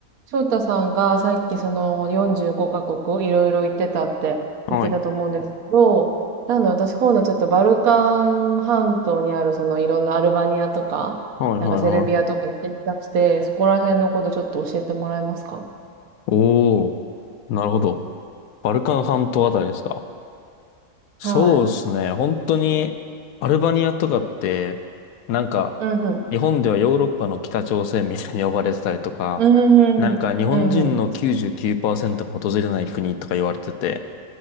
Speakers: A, on the right (about 85°); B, on the left (about 80°).
A: 翔太さんがさっきその45カ国いろいろ行ってたって言ってたと思うんですけど、
B: はい。
A: なんだ私今度ちょっとバルカン半島にあるそのいろんなアルバニアとか、
B: はい、
A: なんかセルビアとか行ってみたくて、
B: はい、はい。
A: そこら辺のことちょっと教えてもらえますか
B: おー、なるほど。バルカン半島あたりですか。そうですね。
A: はい。
B: 本当に、アルバニアとかって、なんか、
A: うんうん。
B: 日本ではヨーロッパの北朝鮮みたいに呼ばれてたりとか、
A: うんうんうん。
B: なんか日本人の99%
A: うんうんうん。
B: が訪れない国とか言われてて、